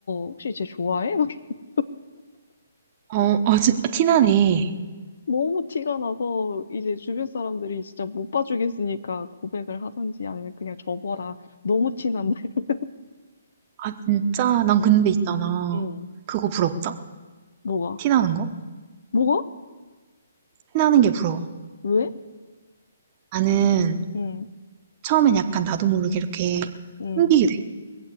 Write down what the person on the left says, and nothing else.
혹시 쟤 좋아해? 막 <laughs>
너무 티가 나서 이제 주변 사람들이 진짜 못 봐주겠으니까 고백을 하든지 아니면 그냥 접어라. 너무 티난다. <laughs>
응,
뭐가?
뭐가?
왜?
응,
응.